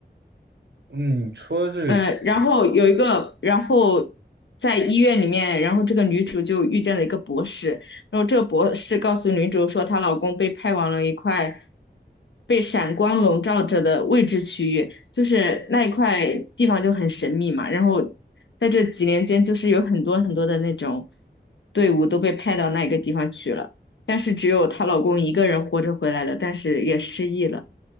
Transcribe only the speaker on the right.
嗯你说这个。